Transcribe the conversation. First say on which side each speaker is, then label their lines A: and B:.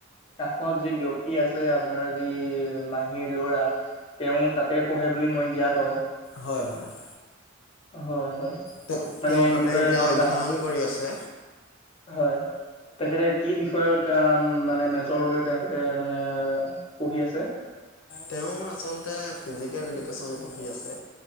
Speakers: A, on the left (about 30°); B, on the left (about 75°).
A: কাষত যি ব্যক্তি আছে, আপোনাৰ যি মাহীৰ ল'ৰা তেওঁ তাতে পঢ়ে বুলি মই জ্ঞাত।
B: হয়। হয়। হয়।
A: হয়। হয়।
B: তেওঁ
A: মানে
B: তেওঁ
A: এই
B: তাতে
A: বিষয়ে
B: এতিয়া
A: সঁচা
B: অধ্যয়ন কৰি আছে।
A: হয়। তেখেতে কি বিষয়ত মানে মেজৰ লৈ তেখেতে মানে পঢ়ি আছে?
B: তেওঁ আচলতে ফিজিকেল এডুকেশ্যন পঢ়ি আছে।